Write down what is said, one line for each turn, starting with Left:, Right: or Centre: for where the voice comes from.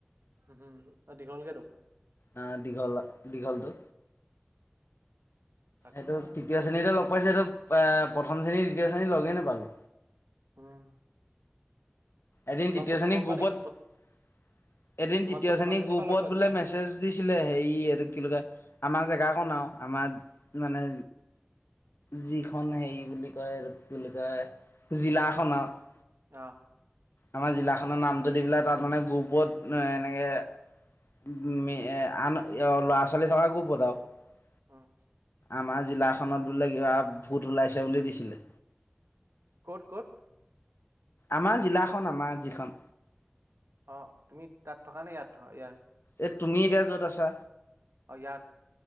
Right: উম হম আৰু দীঘলকে তোক।
Left: আহ দীঘল দীঘলটো।
Right: তাকো
Left: এইটো
Right: মই
Left: তৃতীয়
Right: উম
Left: শ্ৰেণীতে লগ পাইছিলো পে প্ৰথম শ্ৰেণী দ্বিতীয় শ্ৰেণীত লগেই নাপালো।
Right: উম।
Left: এদিন
Right: তোমাকতো
Left: তৃতীয়
Right: প্ৰথমবাৰ
Left: শ্ৰেণীৰ গ্ৰুপত
Right: দেখি
Left: এদিন
Right: তোমাকতো
Left: তৃতীয়
Right: প্ৰথম
Left: শ্ৰেণী
Right: শ্ৰেণীৰ
Left: গ্ৰুপত
Right: পৰা লগ পাইছো
Left: বোলে
Right: ন
Left: মেছেজ দিছিলে হেই এটো কি বুলি কয় আমাৰ জেগা বনাওঁ আমাৰ মানে। যিখন হেৰি বুলি কয় কি বুলি কয় জিলাখনত
Right: অ।
Left: আমাৰ জিলাখনৰ নামটো দি পেলাই তাত মানে গ্ৰুপত এ এনেকে। উ, এ আন ল'ৰা ছোৱালী থকা গ্ৰুপত অ, <unintelligible>
Right: উম,
Left: আমাৰ জিলাখনত বোলে কিবা ভোত ওলাইছে বুলি দিছিলে।
Right: ক'ত- ক'ত।
Left: আমাৰ জিলাখন আমাৰ যিখন
Right: অ, তুমি তাত থকা নে ইয়াত থ ইয়াৰ
Left: এ তুমি এতিয়া য'ত আছা।
Right: অ ইয়াত।